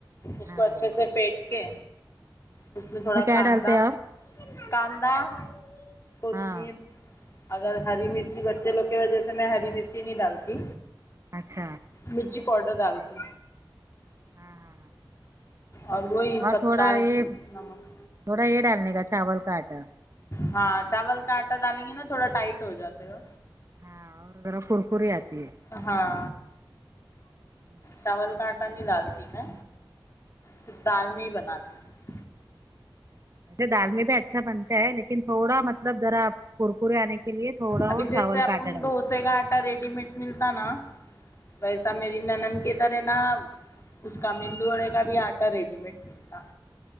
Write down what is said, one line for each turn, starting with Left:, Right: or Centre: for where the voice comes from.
Left: اس
Right: ہاں
Left: کو اچھے
Right: اس
Left: سے پھیٹ کے اس میں تھوڑا
Right: کیا
Left: کاندا
Right: ڈالتے ہیں اور
Left: کاندا کتمیر
Right: ہاں
Left: اگر ہری مرچی بچے لوگ کی وجہ سے میں ہری مرچی نہیں ڈالتی
Right: اچھا
Left: مرچی پاؤڈر ڈالتی
Right: ہاں ہاں ہاں
Left: اور وہی
Right: اور
Left: سب
Right: تھوڑا
Left: دال
Right: یہ
Left: کے نمک
Right: تھوڑا یہ ڈالنے کا چاول کا آٹا
Left: ہاں چاول کا آٹا ڈالیں گے نا تھوڑا ٹائٹ ہو جاتے ہو
Right: ہاں اور ذرا کورکریی آتی ہے
Left: ہاں
Right: ویسے
Left: چاول کاٹ پانی ڈالتی میں پھر دال نہیں بناتی ہوں
Right: ویسے دال میں بھی اچھا بنتا ہے لیکن تھوڑا مطلب ذرا کورکریے آنے کے لیے تھوڑا
Left: ابھی
Right: وہ
Left: جیسے
Right: چاول
Left: اپن
Right: کا اٹا ڈالنے
Left: ڈھوسے کا آٹا ریڈی میڈ ملتا نا ویسا میری نانند کے ادھر ہے نا اس کا مندو اڑے کا بھی آٹا ریڈی میڈ ملتا